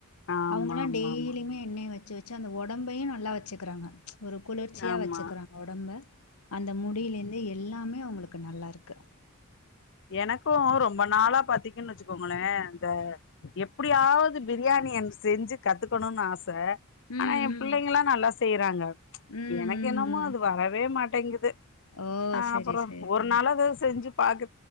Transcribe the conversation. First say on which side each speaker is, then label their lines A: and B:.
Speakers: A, on the left; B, on the left.
A: ஆமா
B: அவுங்கலா
A: ஆமா
B: டெய்லிமே
A: ஆமா
B: எண்ணய வச்சு வச் அந்த ஒடம்பையு நல்லா வச்சு குறாங்க ஒரு குளர்ச்சியா
A: ஆமா
B: வச்சுக்குறாங்க ஒடம்ப அந்த முடியிலேந்து எல்லாமே மே அவுங்ளுக்கு நல்லாருக்கு
A: எனக்கு ரொம்ப நாளா பாத்தீங்கன் வெச்சிக்கோங்களேன் த எப்புடியாவது பிரியார் <unintelligible> செஞ்சு கத்துக்கணுன் ஆச
B: ம்
A: அனா
B: ம்
A: எ புள்ளைங்காளா நல்லா செய்றாங்க
B: ம்
A: எனக்கு
B: ம்
A: என்னமோ
B: ம்
A: அது வரவே மாட்டேங்குது
B: ஓ
A: அ
B: சரி
A: அப்பறம்
B: சரி
A: ஒரு
B: சரி
A: நாள் அது செஞ்சு பாக்கு